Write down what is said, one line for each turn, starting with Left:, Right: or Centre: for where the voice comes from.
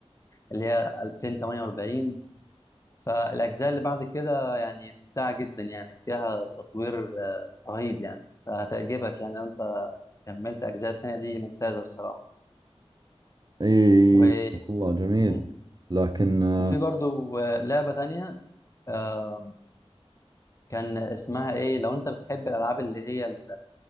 Left: اللي هي 2048 فالاجزاء اللي بعد كده يعني ممتعه جدا يعني فيها تطوير آه، رهيب يعني فهتعجبك يعني لو انت كملت اجزاء التانية دي ممتازه الصراحه
Right: اي
Left: و
Right: والله جميل
Left: مم.
Right: لكن آه،
Left: وفي برضو آه، لعبه تانية آه، كان اسمها ايه لو انت بتحب الالعاب اللي هي ال-